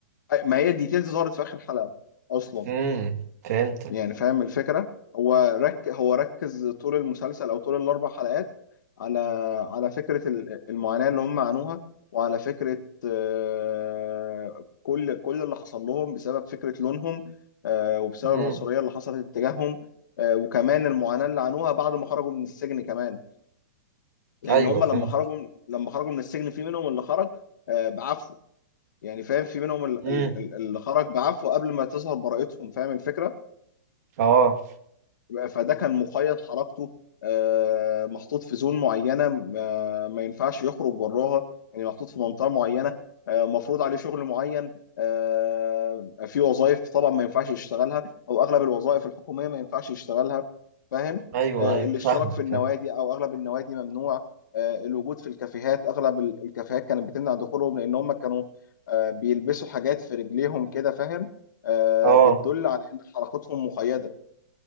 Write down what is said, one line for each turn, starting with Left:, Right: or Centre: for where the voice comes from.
Left: ما هي الديتيلز ظهرت في آخر حلقة أصلا
Right: امم فهمتك
Left: يعني فاهم الفكرة هو رك... هو ركز طول المسلسل أو طول الأربع حلقات على على فكرة ال- المعاناة اللي هم عانوها وعلى فكرة آه، كل كل اللي حصل لهم بسبب فكرة لونهم آه، وبسبب
Right: امم
Left: العنصرية اللي حصلت اتجاههم آه، وكمان المعاناة اللي عانوها بعد ما خرجوا من السجن كمان لأن
Right: ايوه
Left: هم
Right: فهمت
Left: لما خرجوا لما خرجوا من السجن في منهم اللي خرج آه، بعفو يعني فاهم في منهم ال-
Right: امم
Left: ال- ال- اللي خرج بعفو قبل ما تظهر براءتهم فاهم الفكرة
Right: اه
Left: فده كان مقيد حركته آه، محطوط في زون معينه آه، ما ينفعش يخرج براها يعني محطوط في منطقه معينه آه، مفروض عليه شغل معين آه، في وظائف طبعا ما ينفعش يشتغلها او اغلب الوظائف الحكوميه ما ينفعش يشتغلها فاهم
Right: ايوه
Left: آه،
Right: ايوه
Left: الاشتراك
Right: فاهمك
Left: في النوادي
Right: فاهم
Left: او اغلب النوادي ممنوع آه، الوجود في الكافيهات اغلب ال- الكافيهات كانت بتمنع دخولهم لان هم كانوا آه، بيلبسوا حاجات في رجليهم كده فاهم آه،
Right: اه
Left: بتدل على ان حركتهم مقيده